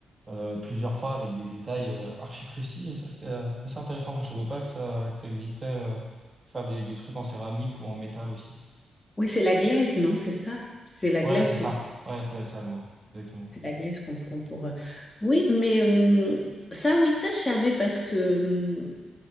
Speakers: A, on the right; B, on the left.
A: euh, plusieurs fois avec des détails euh, archi précis. Et ça, c'était euh, assez intéressant. Enfin, je savais pas que ça, que ça existait, euh, faire des, des trucs en céramique ou en métal aussi.
B: Oui, c'est la glaise, non? C'est ça? C'est la
A: Ouais,
B: glaise
A: c'est
B: qu'on
A: ça. Ouais, ça doit être ça le mot. Exactement.
B: c'est la glaise qu'on prend pour. euh, Oui, mais hum, ça, oui, ça, je savais parce que hum,